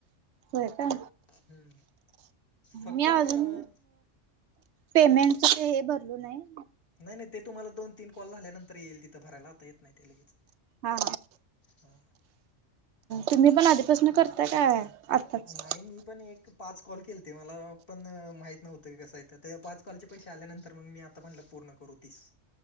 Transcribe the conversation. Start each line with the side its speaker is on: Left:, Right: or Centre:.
Right: होय का
Left: हम्म फक्त
Right: मी
Left: अ,
Right: अजून पेमेंटच हे भरलो नाही
Left: नाही नाही ते तुम्हाला दोन तीन कॉल झाल्यानंतर येईल तिथं भरायला आता येत नाही ते लगेच
Right: हा
Left: हा
Right: तुम्ही पण आधीपासून करताय काय आत्ताच
Left: नाही मी पण एक पाच कॉल केले ते मला पण माहीत नव्हतं की कसं आहेथं तर पाच कॉलचे पैसे आल्यानंतर मग मी आता आ आपण पूर्ण करू तीस